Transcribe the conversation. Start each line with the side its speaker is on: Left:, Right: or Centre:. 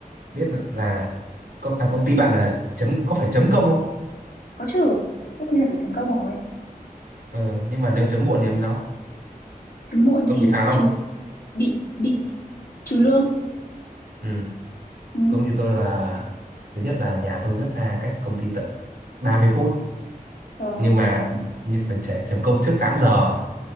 Right: biết là công, à, công ty bạn là chấm có phải chấm công không
Left: có trừ tất nhiên là phải chấm công rồi
Right: ừ, nhưng mà nếu chấm muộn thì làm sao
Left: chấm muộn
Right: có
Left: thì
Right: bị phạt không
Left: trừ bị bị trừ lương
Right: ừ.
Left: ừ,
Right: công ty tôi là thứ nhất là nhà tôi rất xa cách công ty tận ba mươi phút
Left: ờ.
Right: nhưng mà như phải trẻ chấm công trước tám giờ